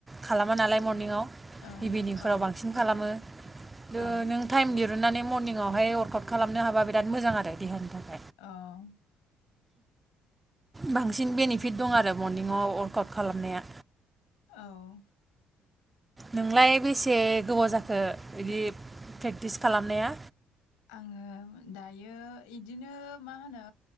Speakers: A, on the right (about 20°); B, on the left (about 85°).
A: खालामा नालाय मरनिंआव
B: ओ
A: इभिनिंफोराव
B: ओ
A: बांसिन खालामो
B: औ
A: ओ
B: औ
A: नों थाइम दिरुननानै मरनिंआवहाय वार्कआउट खालामनो हाबा बिराद मोजां आरो देहानि थाखाय
B: औ
A: बांसिन बेनिफिट दं आरो मरनिंयाव वर्काउट खालामनाया।
B: औ
A: नोंलाय बेसे गोबाव जाखो? बिदि प्रेक्टिस खालामनाया।
B: आङो दायो इदिनो मा होनो